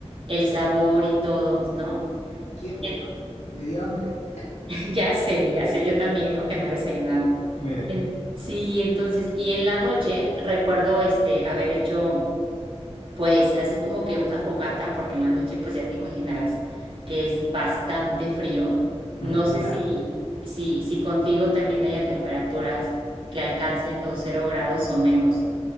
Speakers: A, on the right; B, on the left.
A: el sabor y todo, ¿no?
B: Qué rico.
A: <laughs>
B: Me me dio hambre.
A: Ya sé, ya sé, yo también, ¿no? Que no he desayunado.
B: Mira.
A: En- sí, entonces, y en la noche recuerdo este haber hecho pues así como que una fogata, porque en la noche pues ya te imaginarás que es bastante frío. No
B: Ujú,
A: sé
B: claro.
A: si, si, si contigo también haya temperaturas que alcancen los cero grados o menos.